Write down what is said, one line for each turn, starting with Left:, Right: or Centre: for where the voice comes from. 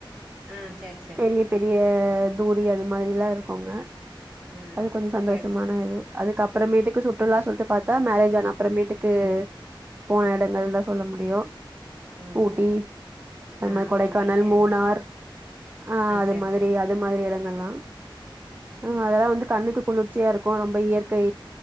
Centre: ஆ சேரி சேரி
Right: பெரிய பெரிய தூரி அது மாதிரிலா இருக்குங்க
Centre: ஆ
Right: அது கொஞ்சோ சந்தோஷமான
Centre: சேரி
Right: இது அதுக்கு அப்பறமேட்டுக்கு சுற்றுலா சொல்ட்டு பாத்தா மேரேஜ் ஆன அப்பறமேட்டுக்கு போன எடங்கள்தா சொல்ல முடியு
Centre: ம்
Right: ஊட்டி அது
Centre: ஆ
Right: மா கொடைக்கானல்
Centre: ஊட்டி ஆ
Right: மூனார் ஆ அது
Centre: சேரி
Right: மாதிரி
Centre: சேரி
Right: அது மாதிரி எடங்கள்லா ம் அதெல்லா வந்து கண்ணுக்கு குளிர்ச்சியா இருக்கு ரொம்ப இயற்கை